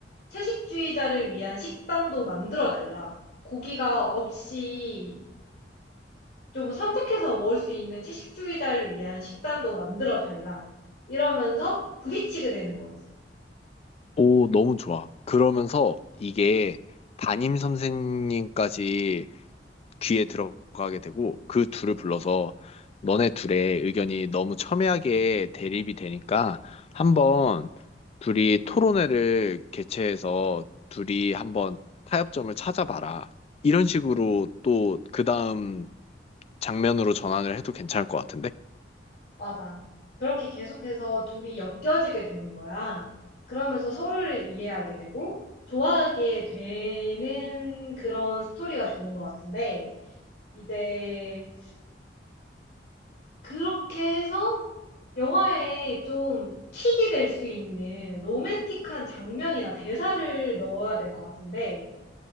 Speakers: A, on the left (about 60°); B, on the left (about 35°).
A: 채식주의자를 위한 식단도 만들어 달라. 고기가 없이 좀 선택해서 먹을 수 있는 채식주의자를 위한 식단도 만들어 달라. 이러면서 부딪히게 되는 거지.
B: 오, 너무 좋아. 그러면서 이게 담임 선생님까지 귀에 들어가게 되고 그 둘을 불러서 너네 둘의 의견이 너무 첨예하게 대립이 되니까 한번 둘이 토론회를 개최해서 둘이 한번 타협점을 찾아봐라. 이런 식으로 또 그 다음 장면으로 전환을 해도 괜찮을 것 같은데?
A: 맞아. 그렇게 계속해서 둘이 엮여지게 되는 거야. 그러면서 서로를 이해하게 되고 좋아하게 되는 그런 스토리가 좋은 것 같은데, 이제 그렇게 해서 영화에 좀 킥이 될 수 있는 로맨틱한 장면이나 대사를 넣어야 될 것 같은데,